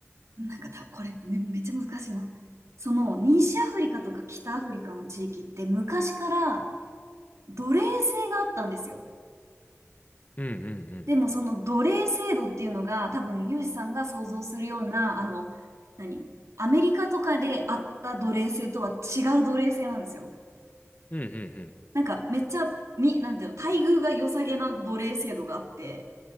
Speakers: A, on the right; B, on the left.
A: なんかた、これ、ね、めっちゃ難しいな。その、西アフリカとか北アフリカの地域って昔から奴隷制があったんですよ。
B: うんうんうん。
A: でも、その奴隷制度っていうのが、多分、ユージさんが想像するような、あの、何アメリカとかであった奴隷制とは違う奴隷制なんですよ。
B: うんうんうん。
A: なんかめっちゃ、み、なんていうの、待遇が良さげな奴隷制度があって、